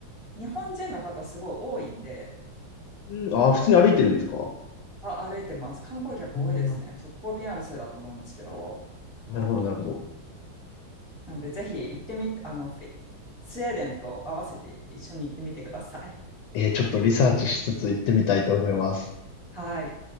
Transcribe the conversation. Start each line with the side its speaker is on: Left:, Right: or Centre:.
Right: 日本人の方すごい多いんで、
Left: うん、ああ、普通に歩いてるんですか
Right: あ、歩いてます。観光客多いですね。
Left: うん、な
Right: 直行便あるせいだと思うんですけど。
Left: るほど、なるほど。
Right: なんで、ぜひ行ってみて、あの、フィスウェーデンと合わせて一緒に行ってみてください。
Left: ええ、ちょっとリサーチしつつ行ってみたいと思います。
Right: はい。